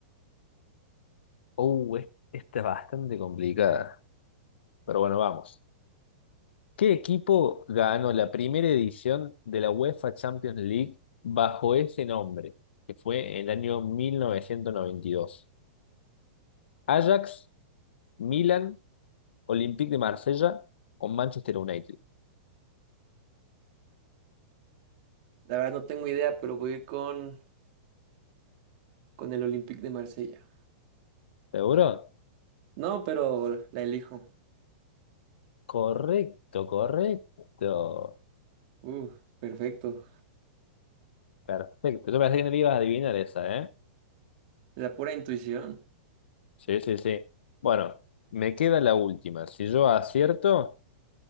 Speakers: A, on the left; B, on the right.
A: Uh, es- esta es bastante complicada. Pero bueno, vamos. ¿Qué equipo ganó la primera edición de la UEFA Champions League bajo ese nombre, que fue en el año mil novecientos noventa y dos. ¿Ajax, Milan, Olympique de Marsella o Manchester United?
B: La verdad no tengo idea, pero voy a ir con, con el Olympique de Marsella.
A: ¿Seguro?
B: No, pero la elijo.
A: Correcto, correcto.
B: Uh, perfecto.
A: Perfecto. Yo pensé que no le ibas a adivinar esa, ¿eh?
B: La pura intuición.
A: Sí, sí, sí. Bueno, me queda la última. Si yo acierto,